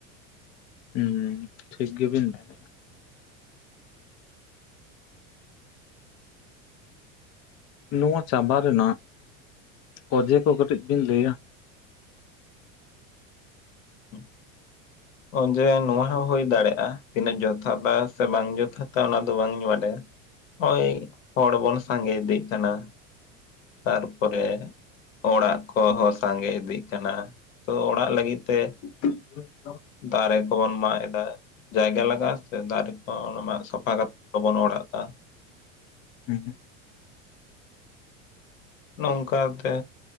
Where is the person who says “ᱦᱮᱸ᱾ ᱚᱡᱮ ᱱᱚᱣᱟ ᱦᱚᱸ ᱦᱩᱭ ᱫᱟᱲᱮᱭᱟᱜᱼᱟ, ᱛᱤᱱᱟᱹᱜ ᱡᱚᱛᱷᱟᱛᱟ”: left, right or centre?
Left